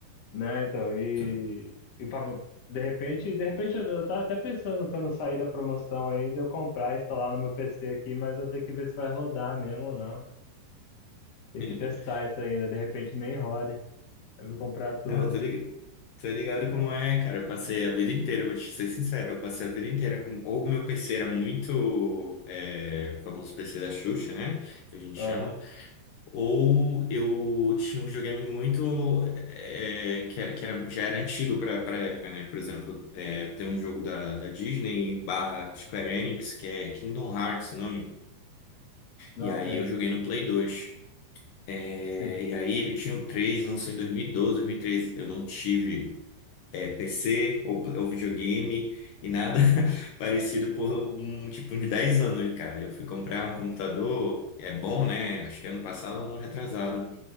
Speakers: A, on the left (about 45°); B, on the left (about 85°).
A: né, então, e,
B: Tu-
A: e Pablo, de repente, de repente eu, eu tava até pensando quando sair da promoção aí de eu comprar e instalar no meu PC aqui, mas eu tenho que ver se vai rodar mesmo ou não. Tem
B: <laughs>
A: que testar isso ainda, de repente nem rode. Eu vou comprar a tua.
B: Não, tô ligado, tô ligado como é, cara. Eu passei a vida inteira, vou te ser sincero, eu passei a vida inteira com. Ou meu PC era muito. É, o famoso PC da Xuxa, né? Que a gente
A: Aham,
B: chama. Ou eu tinha um videogame muito é, que era, que era, já era antigo para a época, né? Por exemplo, é, tem um jogo da, da Disney barra Square Enix que é Kingdom Hearts, o nome.
A: Não
B: E aí
A: sei.
B: eu joguei no Play 2. É,
A: Sim.
B: e aí ele tinha o 3, lançou em 2012, 2013. Eu não tive é, PC ou, pl- ou videogame e nada <laughs> parecido por um tipo uns 10 anos, cara. Eu fui comprar um computador, é bom, né? Acho que ano passado ou ano retrasado.